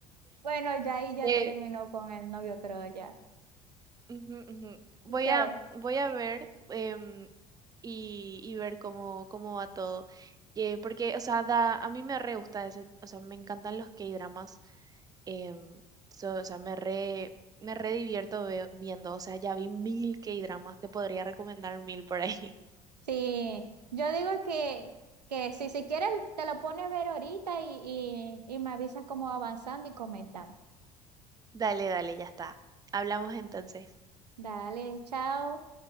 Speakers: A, on the right (about 80°); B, on the right (about 20°).
A: Bueno, ya ahí ya
B: Eh,
A: terminó con el novio, creo ya.
B: ujú, ujú. Voy
A: Que
B: a, voy a ver em, y, y ver cómo, cómo va todo. Eh, porque, o sea, da, a mí me re gusta ese, o sea, me encantan los K-dramas. em, so- o sea, me re, me re divierto ve- viendo, o sea, ya vi mil K-dramas, te podría recomendar mil por ahí.
A: Sí, yo digo que, que si, si quieres te lo pones a ver ahorita y, y, y me avisas cómo va avanzando y comentamos.
B: <laughs> Dale, dale, ya está. Hablamos entonces.
A: Dale, chao.